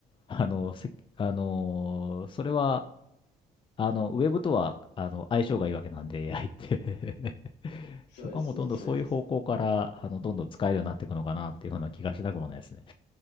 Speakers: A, on the left; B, on the left.
A: あの、せ、あのーそれは、あの、ウェブとは、あの、相性がいいわけなんで、AI って <laughs>
B: そうですね、
A: そこはもうどんどんそういう方向から、
B: そうです。
A: あの、どんどん使えるようになっていくのかなっていうふうな気がしなくもないですね。